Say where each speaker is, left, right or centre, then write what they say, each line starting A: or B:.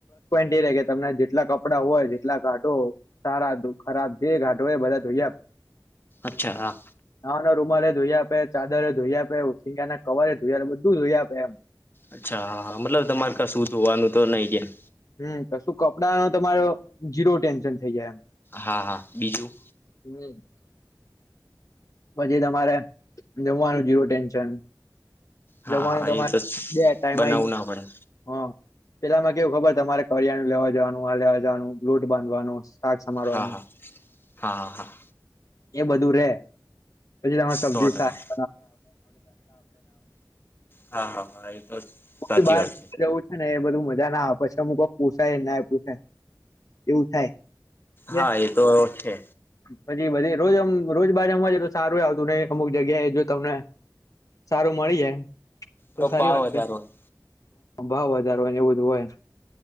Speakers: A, on the left; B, on the left.
A: કે રે કે તમને જેટલા કપડાં હોય જેટલા કાઢો સારા ખરાબ જે કાઢો હોય એ બધા ધોઈ આ
B: અચ્છા હા
A: નાવા ના રૂમાલે ધોઈ આપે, ચાદરે ધોઈ આપે, ઓસીકા ના કવરે ધોઈ આપે બધું ધું ધોઈ આપે એમ.
B: અચ્છા, હા, હા મતલબ તમારે કશું ધોવાનું તો નહી ત્યાં.
A: હમ્મ તો શું કપડાનો તમારો જીરો ટેન્શન થઇ જાય એમ.
B: હા, હા બીજું.
A: હમ્મ. પછી તમારે જમવાનું જીરો ટેન્શન
B: હા
A: જમવાનું
B: હા
A: તમારે
B: એ તો
A: બે ટાઈમ
B: બનાવવું
A: આય
B: ના પડે
A: <unintelligible> હા. પેલામાં કેવું ખબર તમારે કરિયાણું લેવા જવાનું, આ લેવા જવાનું, લોટ બાંધવાનો શાક સમારવાનું
B: હા, હા, હા, હા, હા.
A: એ બધું રહે. પછી તમારે સબ્જી
B: સો ટકા
A: શાક <inaudible>
B: હા હા હા એ તો સાચી
A: <inaudible> બાર
B: વાત
A: જેવું છે ને એ બધું મજા ના આવ પછી અમકો પોસાય ના પોસાય એવું થાય. સમજ્યા.
B: હા એ તો છે
A: પછી બધી રોજ આમ રોજ <unintelligible> તો સારું એ આવતું ને અમુક જગ્યાએ જો તમને સારું મળી જાય
B: તો
A: સારી
B: પા
A: વાત
B: વધારો
A: છે
B: હોય.
A: ભાવ વધારો હોય ને એવું બધું હોય.